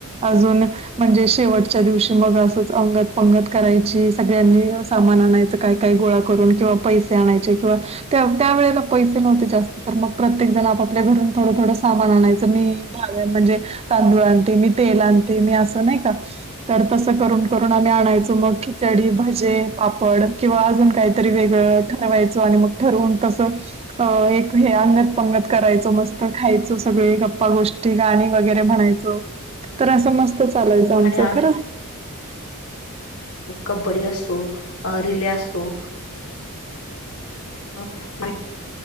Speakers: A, on the right (about 25°); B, on the left (about 75°).
A: अजून म्हणजे शेवटच्या दिवशी मग असंच अंगद पंगत करायची सगळ्यांनी सामान आणायचं काय काय गोळा करून किंवा पैसे आणायचे किंवा त्या त्या वेळेला पैसे नव्हते जास्त तर मग प्रत्येक जण आपापल्या घरून थोडं थोडं सामान आणायचं मी म्हणजे तांदूळ आणते मी तेल आणते मी असं नाही का तर तसं करून करून आम्ही आणायच मग खिचडी भजे पापड किंवा अजून काहीतरी वेगळं ठरवायचं आणि मग ठरवून तसं अ एक हे अंगत पंगत करायचं मस्त खायचं सगळे गप्पा गोष्ट गाणी वगैरे म्हणायचं तर असं मस्त चालायचं आमचं
B: आणि
A: खरं
B: कब्डी असो रले असो हो